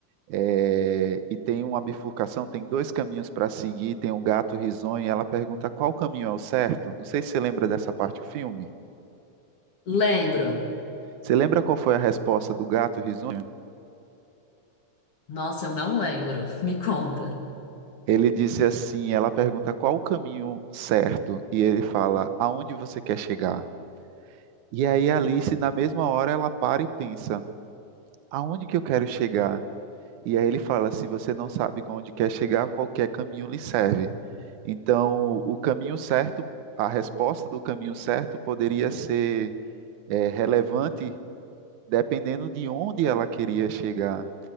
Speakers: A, on the right; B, on the left.
A: eh, e tem uma bifurcação, tem dois caminhos para seguir, tem um gato risonho e ela pergunta qual caminho é o certo? Não sei se você lembra dessa parte do filme.
B: Lembro.
A: Você lembra qual foi a resposta do gato risonho?
B: Nossa, eu não lembro. <laughs> Me conta.
A: Ele disse assim, ela pergunta qual o caminho certo e ele fala, aonde você quer chegar? E aí a Alice, na mesma hora, ela para e pensa: aonde que eu quero chegar? E aí ele fala: se você não sabe onde quer chegar, qualquer caminho lhe serve. Então, o caminho certo, a resposta do caminho certo poderia ser é, relevante dependendo de onde ela queria chegar.